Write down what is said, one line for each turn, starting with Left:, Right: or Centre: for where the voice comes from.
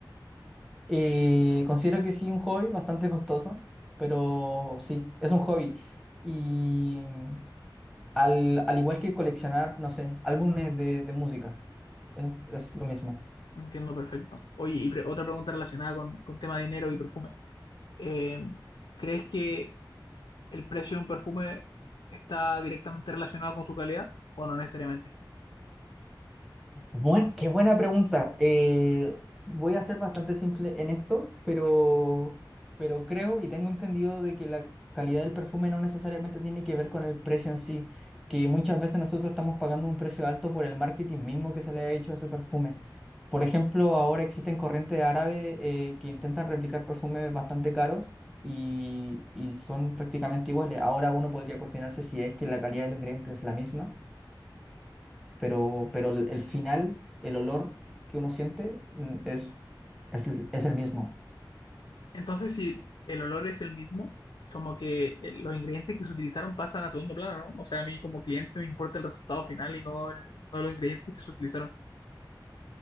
Centre: eh, considero que sí, un hobby bastante costoso, pero sí, es un hobby. Y mm, al, al igual que coleccionar, no sé, álbumes de, de música, es, es lo mismo.
Left: Entiendo perfecto. Oye, y pre- otra pregunta relacionada con, con tema de dinero y perfume. Eh, ¿crees que el precio de un perfume está directamente relacionado con su calidad o no necesariamente.
Centre: Buen- qué buena pregunta. Eh, voy a ser bastante simple en esto, pero, pero creo y tengo entendido de que la calidad del perfume no necesariamente tiene que ver con el precio en sí, que muchas veces nosotros estamos pagando un precio alto por el marketing mismo que se le ha hecho a ese perfume. Por ejemplo, ahora existen corrientes árabes eh, que intentan replicar perfumes bastante caros y, y son prácticamente iguales. Ahora uno podría cuestionarse si es que la calidad del ingrediente es la misma pero, pero el, el final, el olor que uno siente mm, es, es, el es el mismo.
Left: Entonces, si el olor es el mismo, como que eh, los ingredientes que se utilizaron pasan a segundo plano, ¿no? O sea, a mí como cliente me importa el resultado final y no, el- no los ingredientes que se utilizaron.